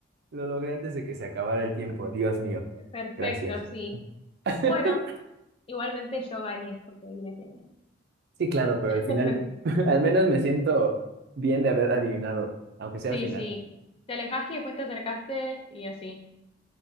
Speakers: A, on the right; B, on the left.
A: lo logré antes de que se acabara el tiempo. Dios mío.
B: perfecto,
A: Gracias.
B: sí.
A: <laughs>
B: Bueno, igualmente yo gané porque vine primero.
A: Sí, claro, pero al
B: <laughs>
A: final, <laughs> al menos me siento bien de haber adivinado, aunque sea
B: Sí,
A: al final.
B: sí, te alejaste y después te acercaste y así.